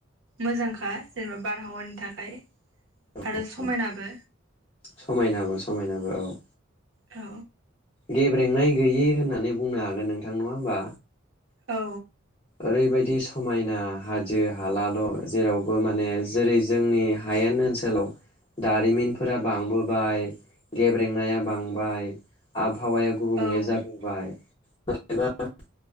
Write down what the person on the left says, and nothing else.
औ
औ समायनाबो समायनाबो औ।
गेब्रेंनाय गैयि होननानै बुंनो हागोन नोंथां नङा होमबा?
ओरैबायदि समायना हाजो हालाल' जेरावबो माने जेरै जोंनि हायेन ओनसोलाव दारिमिनफोरा बांबोबाय गेब्रेंनाया बांबाय आ आबहावाया गुबुंले
जाबोबाय। <unintelligible>